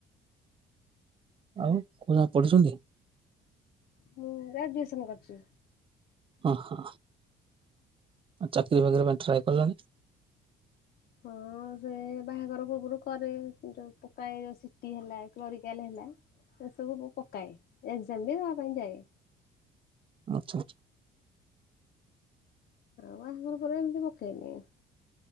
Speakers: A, on the right (about 30°); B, on the left (about 60°).
A: ଆଉ କଉଁ ଯାଏ ପଢିଛନ୍ତି?
B: ମୁଁ, ଗ୍ରାଜୁଏସନ୍ କରିଚି।
A: ଅ, ହଁ ଚାକିରୀ ବାକିର ପାଇଁ ଟ୍ରାଏ କଲନି?
B: ହଁ। ସେ ବାହାଘର ପୂର୍ବରୁ କରେ, ଯୋଉ ପକାଏ ସିଟି ହେଲା, କ୍ଲରିକାଲ୍ ହେଲା ଏସବୁ କୁ ପକାଏ। ଏକ୍ଜାମ୍ ବି ଦବା ପାଇଁ ଯାଏ।
A: ଆଛ ଆଛା।
B: ଆଉ ବାହାଘର ପରେ ଏମିତି ପକାଏନି ଆଉ।